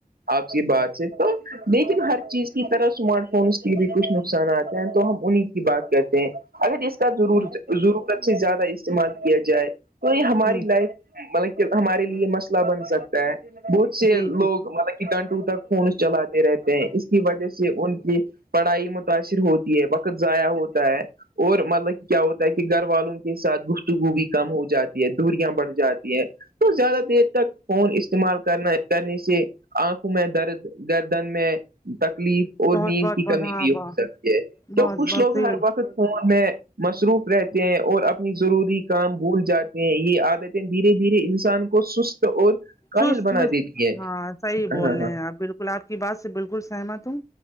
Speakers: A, on the right (about 85°); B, on the left (about 20°).
A: آپ کی بات سے تو لیکن ہر چیز کی طرح اسمارٹ فونس کے بھی کچھ نقصانات ہیں تو ہم انہیں کی بات کرتے ہیں اگر اس ضرورت
B: جی
A: ضرورت سے زیادہ استعمال کیا جائے تو یہ ہم
B: ہ
A: ہماری لائف مطلب کہ ہمارے لیے مسئلہ بن سکتا ہے بہت سے
B: جی جی
A: لوگ مطلب کتنے گنٹو تک فون چلاتے رہتے ہیں اس کی وجہ سے ان کی پڑھائی متاثر ہوتی ہے وقت ضائع ہوتا ہے اور مطلب کیا ہوتا ہے کہ گھر والوں کے ساتھ گفتگو بھی کم ہو جاتی ہے دوریاں بڑھ جاتی ہیں تو زیادہ دیر تک فون استعمال کرنا کرنے سے آنکھوں میں درد گردن میں تکلیف اور
B: بہت
A: نیند
B: بہت
A: کی
B: بہت
A: کمی
B: ہاں
A: بھی
B: بہت
A: ہو سکتی ہے
B: بہت
A: تو کچھ
B: بہت
A: لوگ
B: صحیح
A: ہر وقت فون میں مصروف رہتے ہیں اور اپنی ضروری
B: ہ
A: کام بھول جاتے یہ عادتیں دھیرے دھیرے انسان کو سست اور کاہل
B: سست
A: بنا دیتی ہے
B: ہاں صحیح بول
A: ہاں
B: رہے ہیں آپ بالکل میں آپ کی بات سے بالکل سہمت ہوں